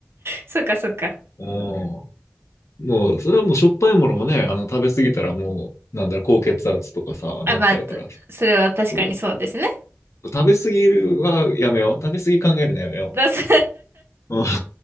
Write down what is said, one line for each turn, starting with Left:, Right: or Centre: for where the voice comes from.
Right: そうかそうか。
Left: うん。もう、それはもうしょっぱいものもね、あの、食べ過ぎたらもう、なんだろう、高血圧とかさ、
Right: あ、
Left: なっちゃうから、
Right: まあ、とそれは確かにそうですね。
Left: そう。食べ過ぎはやめよう。食べ過ぎ考えるのやめよ
Right: だす
Left: う。うん